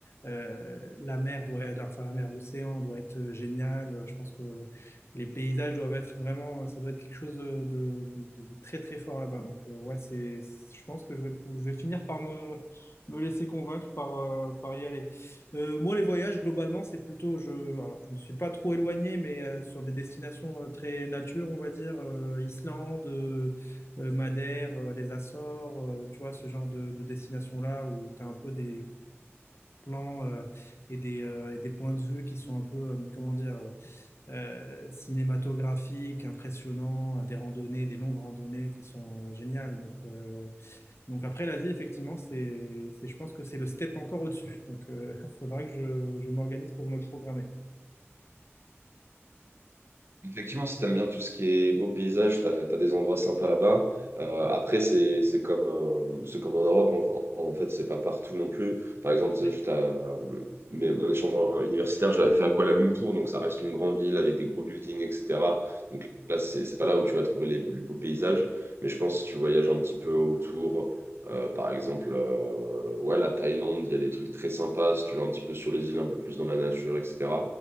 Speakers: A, on the left; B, on the right.
A: euh, la mer doit être, enfin, la mer, l'océan doit être génial. Je pense que les paysages doivent être vraiment, ça doit être quelque chose de, de- de- de très, très fort là-bas. Donc, euh, ouais, c'est, je pense que je vais, je vais finir par me, me laisser convaincre par, euh, par y aller. Euh, moi, les voyages, globalement, c'est plutôt, je, alors, je me suis pas trop éloigné, mais euh, sur des destinations euh, très nature, on va dire, euh, Islande, euh, euh, Madère, euh, les Açores, euh, tu vois, ce genre de, de destination-là où tu as un peu des plans euh, et des, euh, et des points de vue qui sont un peu, euh, comment dire, euh, euh, cinématographiques, impressionnants, euh, des randonnées, des longues randonnées qui sont euh, géniales. Donc, euh, donc après l'Asie, effectivement, c'est, c'est, je pense que c'est le step encore au-dessus. Donc il <laughs> faudra que je, je m'organise pour me le programmer.
B: Effectivement, si t'aimes bien tout ce qui est beau paysage, t'as, t'as des endroits sympas là-bas. Euh, après, c'est, c'est comme, euh, c'est comme en Europe, en, en- fait, c'est pas partout non plus. Par exemple, tu
A: Ouais.
B: sais, j'étais à- euh, mais mon échange en- universitaire, je l'avais fait à Kuala Lumpur, donc ça reste une grande ville avec des gros buildings, etc. Donc là, c'est c'est pas là où tu vas trouver les plus beaux paysages, mais je pense que si tu voyages un petit peu autour, euh, par exemple, euh, ouais, la Thaïlande, il y a des trucs très sympas, si tu vas un petit peu sur les îles, un peu plus dans la nature, etc